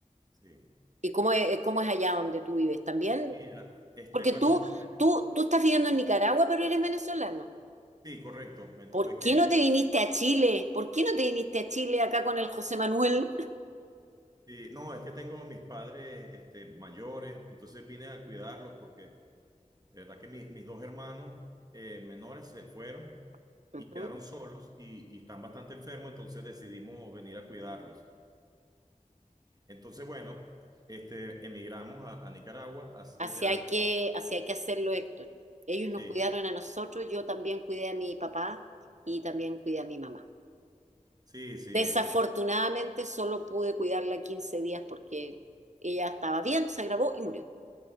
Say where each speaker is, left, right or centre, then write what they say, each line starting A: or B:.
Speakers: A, on the right; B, on the right.
A: sí.
B: y cómo es, cómo es allá donde tú vives? También,
A: Mira, este,
B: porque
A: bueno,
B: tú,
A: yo soy, vene-
B: tú, tú estás viviendo en Nicaragua, pero eres venezolano.
A: sí, correcto, me tuve
B: ¿Por
A: que
B: qué no te viniste a Chile? ¿Por qué no te viniste a Chile acá con el José Manuel?
A: Sí, no, es que tengo mis padres este, mayores, entonces vine a cuidarlos porque de verdad que mi- mis dos hermanos eh, menores se fueron
B: <laughs> Ujú.
A: y quedaron solos y, y están bastante enfermos, entonces decidimos venir a cuidarlos. Entonces, bueno, este, emigramos a, a Nicaragua hace
B: Así
A: ya...
B: hay que, así hay que hacerlo, Héctor. Ellos
A: Sí,
B: nos cuidaron a nosotros, yo también cuidé a mi papá y también cuidé a mi mamá.
A: sí, sí,
B: Desafortunadamente
A: es imp-
B: solo pude cuidarla 15 días porque ella estaba bien, se agravó y murió.